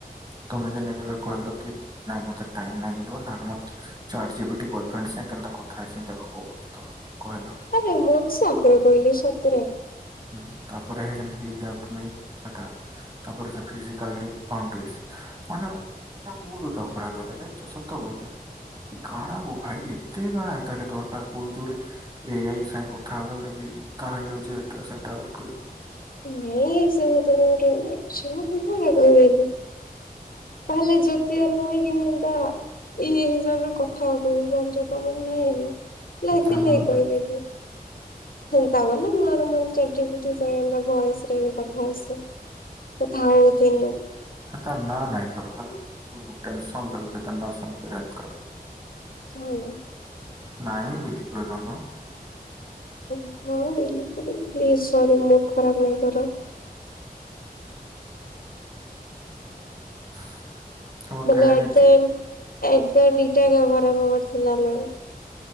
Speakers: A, on the right; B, on the left.
A: ତମେ ଯେନ ଏବେ କହିଲକି ନାଇଁ ମତେ ଟାଇମ ନାଇଁ ବୋଲିବ ନହଲେ ମୋଚାଟ୍ ଜିପିଟି ବୟଫ୍ରେଣ୍ଡ ସାଙ୍ଗ କେନ୍ତା କଥା ହେଇସେ ଦେଖବ। ତ କହିଲ
B: ଆରେ ମୁଁ ମଜାକେରେ କହିଲି ସତରେ
A: ହୁଁ ତାପରେ ହେ <unintelligible> ତାପରେ ସେ ଫିଜିକାଲରେ ବାଉଣ୍ଡରିସ୍ ମାନେ ମୋ ମୁଡ୍ ଏକା ଖରାପ୍ କରିଦେଲ ଜାଣିଚ ସତ କହୁଚି। କଣ ଆଉ ମୋ ଭାଇ ଏତେ କାଣା ତାକେ ତୋର <unintelligible> ଏଆଇ ସାଙ୍ଗେ କଥା ହବାର ଲାଗି ତା ହେଇଯାଉଛି ଏଟା ସେଟା ଟ୍ରାଭେଲ
B: ନାଇଁ ସବୁ ତମ ଗୋଟ ନାଇଁ <unintelligible> ତାହେଲେ ଜ୍ୟୋତିଆର ମୁଇଁ କି ଇନ୍ତା ଇଏ ହିସାବରେ କଥା ହବ ଜାଣିଚ ତମାନେ ନାଇଁ ଲା ହେତିର୍
A: ତା
B: ଲାଗି
A: ନା
B: କହିଦେଲି। ହେନ୍ତା ବେଲି ନହେଲେ ମୁଇଁ ଚାଟ୍ ଜିପିଟି <unintelligible> ଭଏସରେବି କଥା ହେଇସ୍ କଥା ହଉଥିନୁ।
A: ତା ନାଁ ନାଇଁ ଧର ହେଲା ଟେନସନ୍ ଲାଗୁଚେ ତା ନାଁ ଶୁନିକିରି
B: ହଉ।
A: ନାଇଁ ବୁଲି କୁହେ ଧନ।
B: ହଁ <unintelligible> ପ୍ଲିଜ୍ ସରି ମୁଡ୍ ଖରାପ୍ ନାଇଁ କର।
A: <inaudible> ତମ
B: ବେଲେ
A: କାହାଣୀ
B: <unintelligible>
A: ଅଛି
B: ଇଟା ଖରା ହେବାର ଥିଲାନା